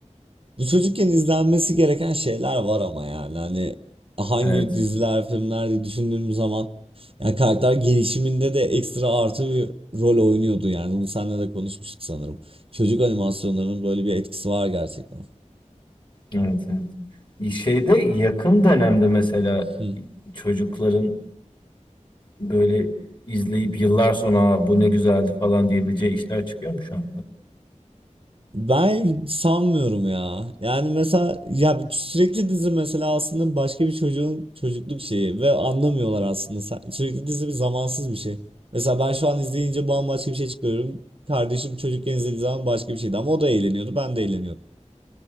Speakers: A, on the right; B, on the left.
A: Bu çocukken izlenmesi gereken şeyler var ama yani hani hangi
B: Evet.
A: diziler, filmler diye düşündüğüm zaman yani karakter gelişiminde de ekstra artı bir rol oynuyordu yani. Bunu seninle de konuşmuştuk sanırım. Çocuk animasyonlarının böyle bir etkisi var gerçekten.
B: Evet, evet. Şeyde yakın dönemde mesela
A: Hı.
B: çocukların böyle izleyip yıllar sonra "Aa, bu ne güzeldi falan diyebileceği işler çıkıyor mu şu an?
A: Ben sanmıyorum ya. Yani mesela ya sürekli dizi mesela aslında başka bir çocuğun çocukluk şeyi ve anlamıyorlar aslında. Sa- Sürekli dizi bir zamansız bir şey. Mesela ben şu an izleyince bambaşka bir şey çıkıyorum. Kardeşim çocukken izlediği zaman başka bir şeydi ama o da eğleniyordu, ben de eğleniyordum.